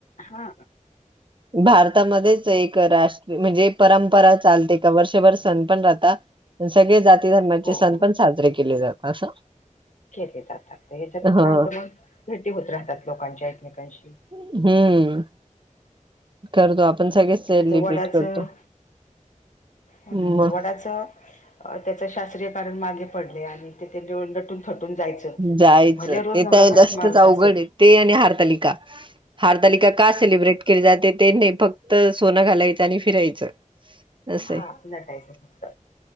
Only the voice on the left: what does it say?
हा.
हो
हो
केले जातात, याच्यातून
काय होतं मग भेटी होत राहतात लोकांच्या एकमेकांशी.
आता ते वडाचं
हो
वडाचऽ शास्त्रीय कारण मागे पडलय, आणि ते त्यां उलटून फटून जायचं,
भले रोज
नवरा
घरात
मारत असेल,
हा,
नटायचं फक्त.